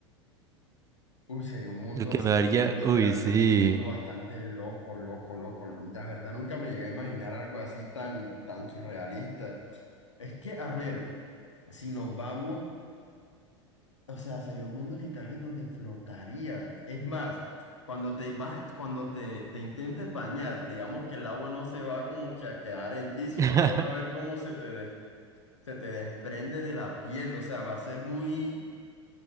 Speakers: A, on the left; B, on the right.
A: Uy, sería
B: <laughs>
A: un mundo,
B: Lo que
A: sería
B: me daría,
A: un mundo literalmente,
B: uy, sí.
A: un mundo bastante loco, loco, loco. La verdad, nunca me llegué a imaginar algo así tan, tan surrealista. Es que, a ver, si nos vamos, o sea, sería un mundo literal en donde flotarías. Es más, cuando te vas, cuando te, te intentes bañar, digamos que el agua no se va como que a quedar en ti, sino
B: <laughs>
A: que vas a ver cómo se te, des- se te desprende de la piel. O sea, va a ser muy,